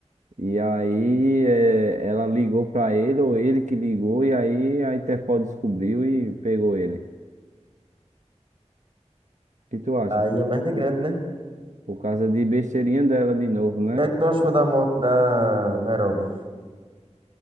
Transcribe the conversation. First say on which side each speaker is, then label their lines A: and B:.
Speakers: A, on the right (about 85°); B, on the right (about 45°).
A: E aí eh, ela ligou pra ele, ou ele que ligou, e aí a Interpol descobriu e pegou ele. O que tu acha?
B: Aí
A: Por,
B: é merda
A: por,
B: grande, né? O
A: por causa de besteirinha dela de novo, né?
B: que é que tu achou da morte da Nairobi?